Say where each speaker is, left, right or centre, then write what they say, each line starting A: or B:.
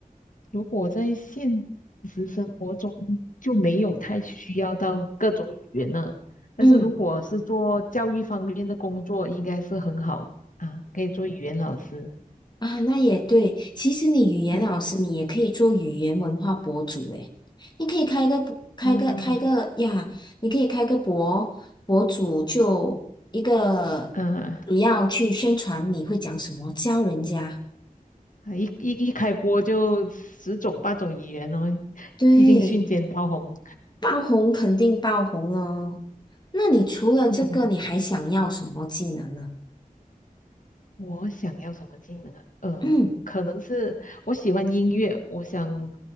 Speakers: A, on the left; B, on the left.
A: 如果在现实生活中就没有太需要到各种语言了，但是如果是做教育方面的工作，
B: 嗯。
A: 应该是很好啊，可以做语言老师。
B: 啊，那也对。其实你语言老师，
A: 嗯
B: 你也可以做语言文化博主诶。你可以开一个博开个开个呀，
A: 啊
B: 你可以开个博博主，就一个主要去宣传你会讲什么，
A: 嗯，
B: 教人家。
A: 啊一一一开播就十种八种语言哦，
B: 对，
A: 一定瞬间爆红。
B: 爆红肯定爆红哦。那你除了这个，
A: 嗯。
B: 你还想要什么技能呢？
A: 我想要什么技能啊？呃，
B: 嗯，
A: 可能是我喜欢音乐，我想